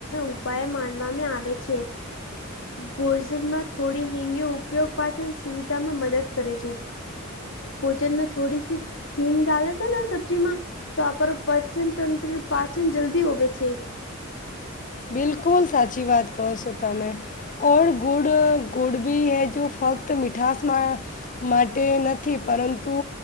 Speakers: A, on the left; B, on the left.
A: ઉપાય માનવામાં આવે છે ભોજનમાં થોડી હિંગ નો ઉપયોગ પાચન સુવિધામાં મદદ કરે છે ભોજન મે થોડી સી હિંગ ડાલે છે ને સબ્જીમાં તો આપણું પાચન તંત્ર પાચન જલ્દી હોવે છે
B: બિલકુલ સાચી વાત કહો છો તમે ઓર ગુડ ગુડ ભી હૈ જો ફક્ત તો મીઠાસ માટે માટે નથી પરંતુ